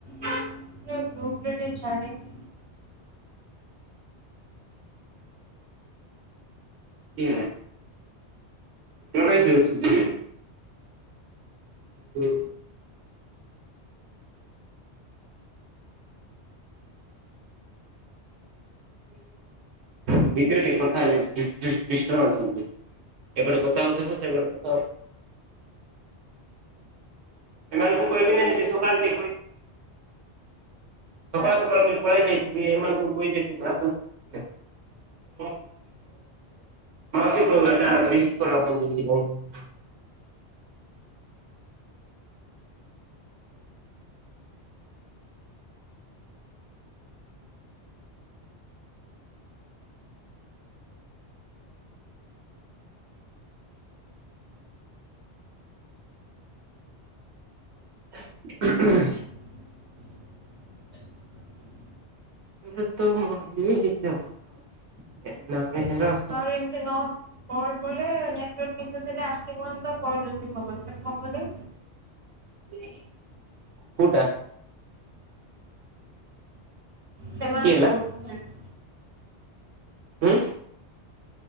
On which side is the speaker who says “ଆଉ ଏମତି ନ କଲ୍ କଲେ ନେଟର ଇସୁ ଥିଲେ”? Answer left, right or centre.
Right